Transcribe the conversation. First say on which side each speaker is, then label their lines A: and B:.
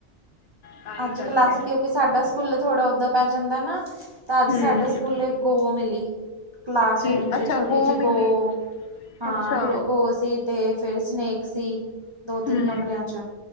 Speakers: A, on the left (about 65°); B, on the right (about 30°).
A: ਤਾਂ ਹੀ
B: ਅਜ
A: ਕਰਕੇ
B: ਕਲਾਸ ਕਿਉਕਿ ਸਾਡਾ ਸਕੂਲ ਥੋੜਾ ਓਦਾ ਪੈ ਜਾਦਾ ਨਾ ਤਾਂ ਅਜ
A: ਹਮ
B: ਸਾਡੇ ਸਕੂਲ ਗੋ ਮਿਲੀ ਕਲਾਸਰੂਮ
A: ਕੀ
B: 'ਚ
A: ਅੱਛਾ
B: ਛੋਟੀ
A: ਗੋ
B: ਜਿਹੀ
A: ਮਿਲੀ
B: ਗੌ। ਹਾਂ
A: ਅੱਛਾ
B: ਗਲੋ ਗੋ ਸੀ। ਤੇ ਫੇਰ ਸਨੇਕ ਸੀ ਦੋ ਤਿਨ
A: ਹਮ
B: ਕਮਰਿਆਂ 'ਚ